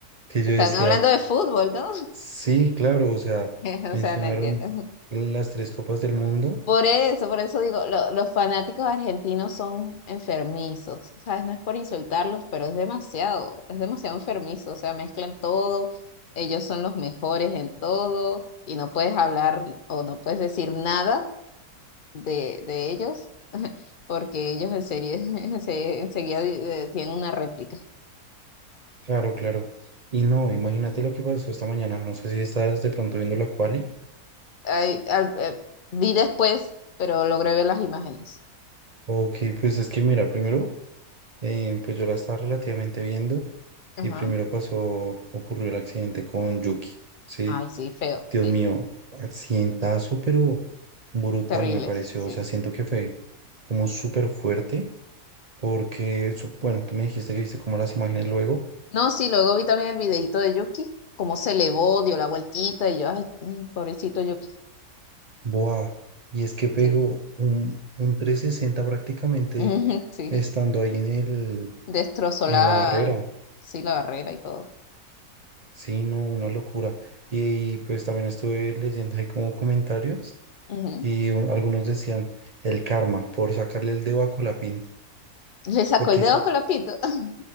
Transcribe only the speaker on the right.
Que yo
decía,
Sí, claro, o sea,
mencionaron
las tres copas del mundo.
Claro, claro. Y no, imagínate lo que pasó esta mañana. No sé si estás de pronto viendo la quali.
o que pues es que mira, primero, eh, pues yo la estaba relativamente viendo
y primero pasó, ocurrió el accidente con Yuki. Sí,
Dios
mío, accidentazo, pero brutal
me pareció.
O sea, siento que fue como súper fuerte porque, su- bueno, tú me dijiste que viste como las imágenes luego.
Buah, y es que pegó
un, un 360 prácticamente
estando ahí en el,
en
la barrera.
Sí, no, una locura. Y, pues también estuve leyendo ahí como comentarios
y un- algunos decían el karma por sacarle el dedo a Colapinto.
Porque
se-